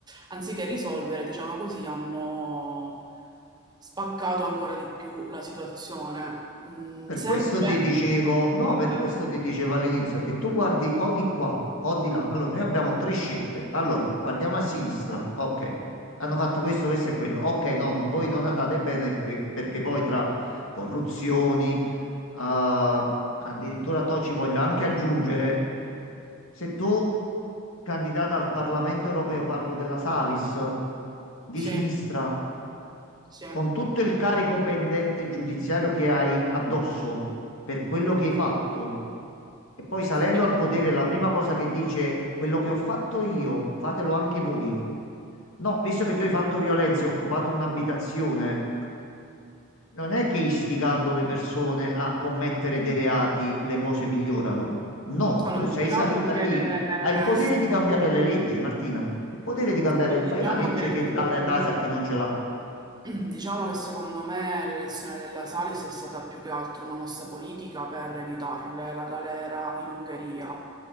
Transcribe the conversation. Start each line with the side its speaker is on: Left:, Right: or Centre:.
Right: anziché risolvere, diciamo così, hanno spaccato ancora di più la situazione. Mm,
Left: Per
Right: sempre...
Left: questo ti dicevo, no, per questo
Right: eh,
Left: ti dicevo all'inizio che tu guardi o di qua o di là. Allora, noi abbiamo tre scelte. Allora, guardiamo a sinistra. Ok, hanno fatto questo, questo e quello. Ok, no, n- voi non andate bene che- perché poi tra corruzioni, eh, addirittura to ci voglio anche aggiungere, se tu, candidata al Parlamento europeo, parlo della Salis, di
Right: sì,
Left: sinistra
Right: sì,
Left: con tutto il carico pendente giudiziario che hai addosso per quello che hai
Right: sì,
Left: fatto, e poi salendo
Right: sì.
Left: al potere, la prima cosa che dice è quello che ho fatto io, fatelo anche voi. No, visto che tu hai fatto violenza e hai occupato un'abitazione, non è che istigando le persone a commettere dei reati le cose migliorano. No,
Right: Allora,
Left: tu sei
Right: diciamo
Left: salita
Right: che
Left: lì, hai il potere
Right: secondo
Left: di cambiare le leggi, Martina. Il potere di cambiare,
Right: Sì, ma diciamo
Left: fai una legge
Right: che
Left: che
Right: secondo
Left: dà la casa
Right: me,
Left: a chi non ce l'ha.
Right: <clears throat> diciamo che secondo me l'elezione della Salis è stata più che altro una mossa politica per evitarle la galera in Ungheria,